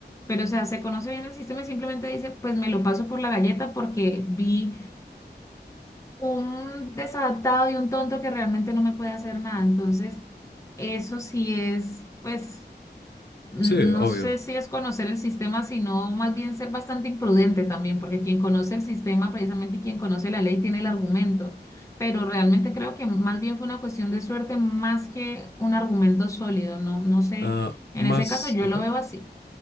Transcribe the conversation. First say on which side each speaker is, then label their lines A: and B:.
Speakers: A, on the left (about 15°); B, on the left (about 70°).
A: pero o sea, se conoce bien el sistema y simplemente dice, pues me lo paso por la galleta porque vi un desadaptado y un tonto que realmente no me puede hacer nada. Entonces, eso sí es, pues n-
B: Sí,
A: No
B: obvio.
A: sé si es conocer el sistema, sino más bien ser bastante imprudente también, porque quien conoce el sistema, precisamente y quien conoce la ley, tiene el argumento. Pero realmente creo que más bien fue una cuestión de suerte más que un argumento sólido. No, no sé.
B: Ah,
A: En
B: más,
A: ese caso yo
B: ujú.
A: lo veo así.